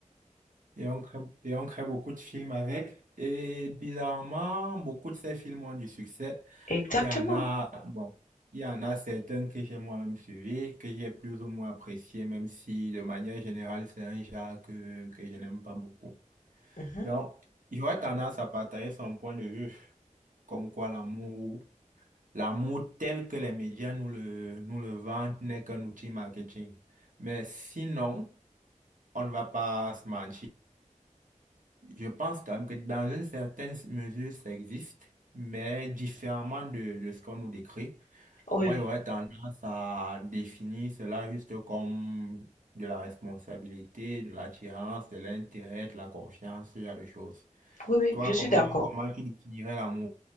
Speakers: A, on the right; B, on the left.
A: Et on crée, et on crée beaucoup de films avec. Et bizarrement, beaucoup de ces films ont du succès.
B: Exactement.
A: Il y en a, bon, il y en a certains que j'ai moi-même suivis, que j'ai plus ou moins appréciés, même si de manière générale, c'est un genre que, que je n'aime pas beaucoup.
B: Mhm.
A: Donc, j'aurais tendance à partager son point de vue, comme quoi l'amour, l'amour tel que les médias nous le, nous le vendent n'est qu'un outil marketing. Mais sinon, on ne va pas se mentir. Je pense quand même que dans une certaine mesure, ça existe, mais différemment de, de ce qu'on nous décrit.
B: Oui,
A: Moi,
B: oui,
A: j'aurais tendance à définir cela juste comme de la responsabilité, de l'attirance, de l'intérêt, de la confiance, ce genre de choses.
B: oui, oui,
A: Toi,
B: je suis
A: comment,
B: d'accord.
A: comment tu définirais l'amour?